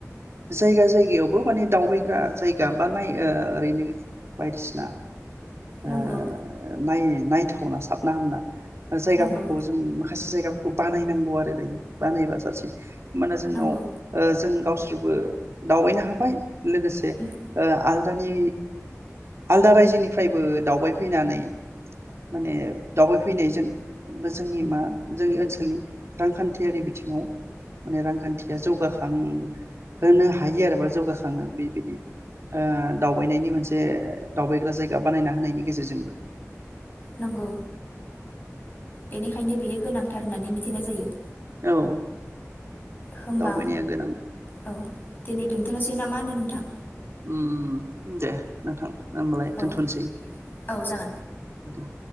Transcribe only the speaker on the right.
जायगा जायगायावबो माने दावबायग्रा जायगा बा नाय ओरैनो बायदिसिना ओ
नाय नायथावना सो ना होनबा? जायगाफोरखौ
माखासे जायगाफोरखौ बानायनांगौ आरो दायो बानायबा साबसिन होनबाना जोंनाव
जों गावसो थेवबो दावबायनो हाबाय। लोगोसे
ओ आल दानि आलदा रायजोनिफ्रायबो दावबाय फैनानै माने दावबायफैनायजों बोजोंनि मा जोंनि ओनसोलनि रांखान्थियारि बिथिङाव माने रांखान्थिया जौगाखां होनोनो हायो आरो बा जौगाखाङो बेबायदि दावबायनायनि मोनसे दावबायग्रा जायगा बानायना होनायनि गेजेरजोंबो।
औ
दावबायनाया गोनां।
उम दे। नोंथां। होमबालाय दोनथ'नोसै
दे।